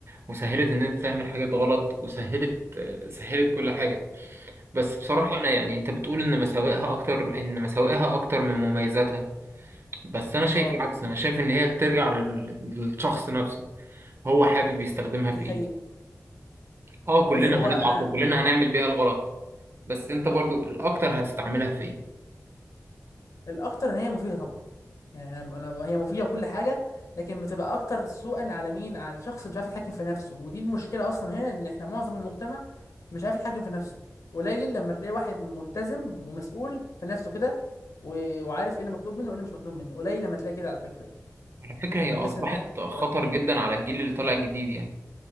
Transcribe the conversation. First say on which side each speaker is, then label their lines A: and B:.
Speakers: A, on the right (about 45°); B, on the left (about 70°).
A: وسهلت ان انت تعمل حاجات غلط وسهلت آه، سهلت كل حاجة بس بصراحة
B: فعلا
A: انا يعني انت بتقول ان مساوئها اكتر ان مساوئها اكتر من مميزاتها بس انا شايف
B: أه
A: العكس انا شايف ان هي بترجع لل- للشخص نفسه هو حابب يستخدمها
B: دي
A: في
B: حقيقة
A: ايه اه كلنا
B: بص هو
A: هنضعف
B: أنا
A: وكلنا هنعمل بيها الغلط بس انت برضو الاكتر هتستعملها في ايه
B: الاكتر ان هي مفيده طبعا يعني انا انا هي مفيده بكل حاجه لكن بتبقى اكتر سوءا على مين على شخص مش عارف يتحكم في نفسه ودي المشكله اصلا هنا ان احنا معظم المجتمع مش عارف يتحكم في نفسه قليل لما تلاقي واحد ملتزم ومسؤول في نفسه كده و- وعارف ايه اللي مطلوب منه وايه اللي مش مطلوب منه قليل لما تلاقي كده على فكره
A: على فكرة هي
B: عشان
A: اصبحت
B: بس نبقى احنا مصرحين
A: خطر جدا
B: يعني.
A: على الجيل اللي طالع جديد يعني